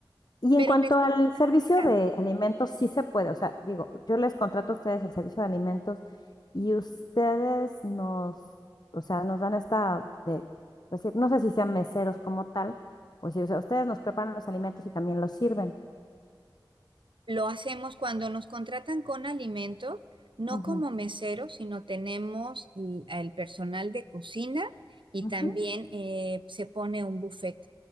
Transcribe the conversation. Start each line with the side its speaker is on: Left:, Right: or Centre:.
Left: Y
Right: Pero
Left: en cuanto
Right: les
Left: al servicio
Right: cuenta,
Left: de alimentos, sí se puede. O sea, digo, yo les contrato a ustedes el servicio de alimentos y ustedes nos, o sea, nos dan esta de, pues, sí, no sé si sean meseros como tal, o si, o sea, ustedes nos preparan los alimentos y también los sirven.
Right: lo hacemos cuando nos contratan con alimentos, no
Left: Ujú,
Right: como meseros, sino tenemos l- el personal de cocina y
Left: ujú.
Right: también eh, se pone un buffet.